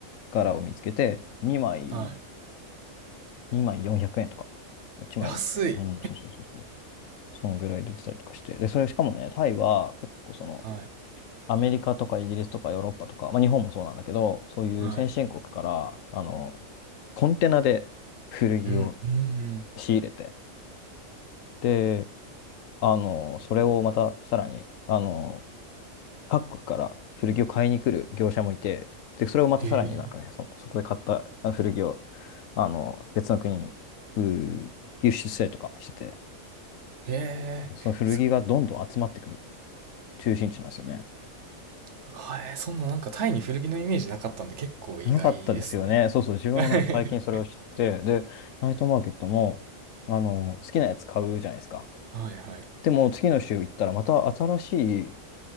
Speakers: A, on the left; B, on the right.
A: 柄を見つけて、2枚、
B: あ、はい。
A: 2枚400円とか、1枚、
B: 安い。
A: うん、そうそうそうそう。そのぐらい出てたりとかして。で、それしかもね、タイは結構その、
B: はい。
A: アメリカとかイギリスとかヨーロッパとか、まあ、日本もそうなんだけど、そういう先進国から、
B: はい。
A: あの、コンテナで古着を
B: うん、うん。
A: 仕入れて、で、あの、それをまたさらに、あの、各国から古着を買いに来る業者もいて、で、それをまたさらになんかね、
B: へえ。
A: そ、そこで買ったあ古着を、あの、別の国に、うー輸出したりとかしてて、
B: へえ、
A: なんかその古着がどんどん集まってくる
B: すごい。
A: 中心地なんですよね。
B: はい、そんななんかタイに古着のイメージなかったんで結構意外ですね。
A: なかったですよね。そうそう、自分もなんか最近それを知って、
B: <laughs>
A: で、ナイトマーケットも、あの、好きなやつ買うじゃないですか。
B: はいはい。
A: でも、次の週行ったら、また新しい、